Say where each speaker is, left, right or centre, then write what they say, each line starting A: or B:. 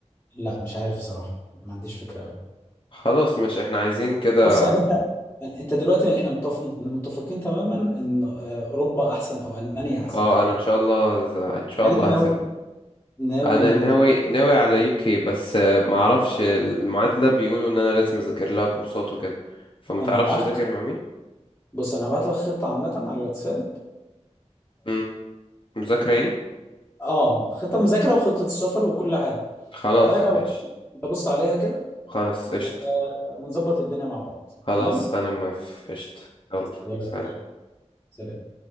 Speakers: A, on the left (about 15°); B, on the left (about 45°).
A: لا مش عارف صراحة ما عنديش فكرة أوي
B: خلاص مش احنا عايزين كده
A: بص يعني أنت انت دلوقتي احنا متفق... احنا متفقين تماما ان آه، اوروبا احسن او المانيا احسن
B: اه
A: تحديدا
B: انا ان شاء الله ز- ان شاء
A: يعني
B: الله
A: انت ناوي
B: هسافر
A: ناوي
B: انا ناوي ناوي على يوكي بس آه، ما اعرفش المعادله بيقولوا ان انا لازم اذاكر لها كورسات وكده فما
A: انا
B: تعرفش
A: هبعت
B: اذاكر
A: لك
B: مع مين
A: بص انا هبعت لك خطه عامه على الواتساب
B: امم مذاكره يعني
A: اه خطه مذاكره وخطه السفر وكل حاجه
B: خلاص
A: هبعتها لك على-
B: ماشي
A: تبص عليها كده
B: خلاص
A: و-
B: قشطه
A: ونظبط الدنيا مع بعض
B: خلاص
A: تمام
B: انا موافق قشطه يلا
A: يلا
B: سلام
A: سلام